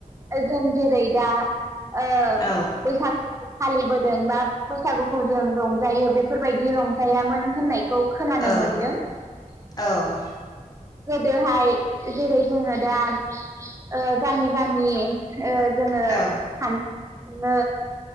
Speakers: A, on the right; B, on the left.
A: जों जेरै दा ओ
B: औ
A: बैसागु फालिबो जों बा बैसागुखौ जों रंजायो बेफोर बायदि रंजायामोन होननाय खौ खोनानो
B: औ
A: मोनदों।
B: औ।
A: गोदोहाय जेरै जोङो दा ओ गामि-गामि। ओ जोङो।
B: औ
A: <inaudible>